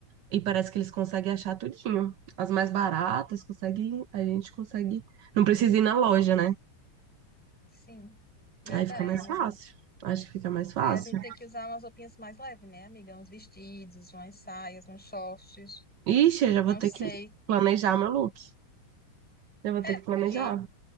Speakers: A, on the right (about 70°); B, in the centre.
A: E parece que eles conseguem achar tudinho. As mais baratas, conseguem, a gente consegue. Não precisa ir na loja, né?
B: Sim, verdade.
A: Aí fica mais fácil. Acho que fica mais fácil.
B: Aí a gente tem que usar umas roupinhas mais leves, né, amiga? Uns vestidos, umas saias, uns shorts.
A: Ixi, eu já
B: Não
A: vou ter
B: sei.
A: que planejar meu look. Já vou
B: É,
A: ter que
B: porque
A: planejar.